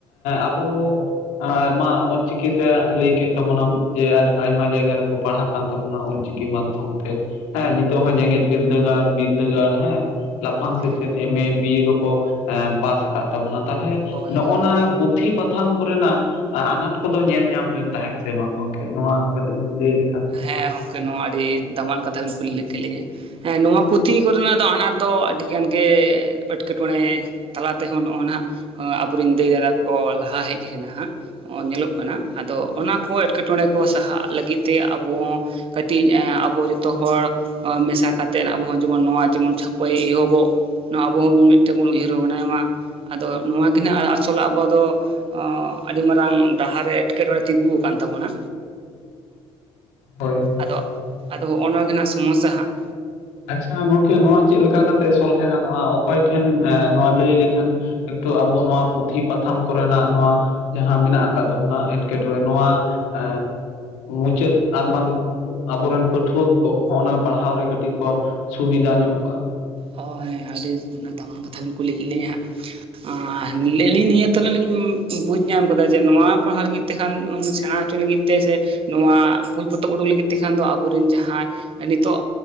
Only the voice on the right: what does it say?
ᱦᱮᱸ
ᱦᱳᱭ
ᱦᱳᱭ ᱦᱳᱭ
ᱦᱮᱸ ᱜᱚᱝᱠᱮ ᱱᱚᱣᱟ ᱟᱹᱰᱤ ᱫᱟᱢᱟᱱ ᱠᱟᱛᱷᱟ ᱵᱮᱤᱱ ᱠᱩᱞᱤ ᱞᱮᱜ ᱠᱮᱫ ᱞᱤᱧᱟᱹ ᱦᱮᱸ ᱱᱚᱣᱟ ᱯᱩᱛᱷᱤ ᱠᱚᱨᱮᱱᱟᱜ ᱫᱚ ᱟᱱᱟᱴ ᱫᱚ ᱟᱹᱰᱤ ᱜᱟᱱ ᱜᱮ ᱮᱴᱠᱮ ᱴᱚᱬᱮ ᱛᱟᱞᱟ ᱛᱮᱦᱚᱸ ᱱᱚᱜᱼᱚᱭ ᱱᱟ ᱟᱵᱚᱨᱮᱱ ᱫᱟᱹᱭ ᱫᱟᱫᱟᱵᱟ ᱞᱟᱦᱟ ᱦᱮᱡ ᱠᱟᱱᱟ ᱦᱟᱸᱜ ᱧᱮᱞᱚᱜ ᱠᱟᱱᱟ ᱟᱫᱚ ᱚᱱᱟ ᱠᱚ ᱮᱸᱴᱠᱮᱴᱚᱬᱮ ᱠᱚ ᱥᱟᱦᱟᱜ ᱞᱟᱹᱜᱤᱫ ᱛᱮ ᱟᱵᱚ ᱠᱟᱹᱴᱤᱡ ᱟᱵᱚ ᱡᱚᱛᱚ ᱦᱚᱲ ᱢᱮᱥᱟ ᱠᱟᱛᱮᱫ ᱟᱵᱚᱚᱸ ᱡᱮᱢᱚᱱ ᱱᱚᱣᱟ ᱡᱮᱢᱚᱱ ᱪᱷᱟᱹᱯᱟᱹᱭ ᱮᱦᱚᱵᱚᱜ ᱱᱚᱣᱟ ᱟᱵᱚ ᱦᱚᱸ ᱢᱤᱫᱴᱮᱱ ᱵᱚᱱ ᱩᱭᱦᱟᱹᱨ ᱵᱷᱟᱵᱱᱟᱭ ᱢᱟ ᱟᱫᱚ ᱱᱚᱣᱟ ᱜᱮ ᱦᱟᱸᱜ ᱟᱥᱚᱞ ᱟᱵᱚ ᱫᱚ ᱟᱹᱰᱤ ᱢᱟᱨᱟᱝ ᱰᱟᱦᱟᱨᱮ ᱮᱸᱴᱠᱮᱴᱚᱬᱮ ᱛᱤᱜᱩ ᱟᱠᱟᱱ ᱛᱟᱵᱚᱱᱟ
ᱟᱫᱚ ᱟᱫᱚ ᱦᱚᱸᱜᱼᱚ ᱱᱚᱣᱟ ᱜᱮ ᱦᱟᱸᱟᱜ ᱥᱚᱢᱚᱥᱭᱟ ᱦᱟᱸᱜ
ᱦᱳᱭ ᱟᱹᱰᱤ ᱫᱟᱢᱟᱱ ᱠᱟᱛᱷᱟ ᱵᱮᱱ ᱠᱩᱞᱤ ᱠᱮᱫ ᱞᱮᱭᱟ ᱦᱟᱸᱜ ᱟᱨ ᱟᱹᱞᱤᱧ ᱱᱤᱭᱟᱹ ᱛᱮ ᱞᱤᱧ ᱵᱩᱡᱽ ᱧᱟᱢ ᱟᱠᱟᱫᱟ ᱡᱮ ᱱᱚᱣᱟ ᱯᱟᱲᱦᱟᱣ ᱞᱟᱹᱜᱤᱫ ᱛᱮᱠᱷᱟᱱ ᱥᱮᱬᱟ ᱚᱪᱚ ᱞᱟᱹᱜᱤᱫ ᱛᱮ ᱥᱮ ᱱᱚᱣᱟ ᱵᱳᱞ ᱯᱚᱛᱚᱵ ᱩᱰᱩᱠ ᱞᱟᱹᱜᱤᱫ ᱛᱮᱠᱷᱟᱱ ᱫᱚ ᱟᱵᱚ ᱨᱮᱱ ᱡᱟᱦᱟᱸᱭ ᱱᱤᱛᱚᱜ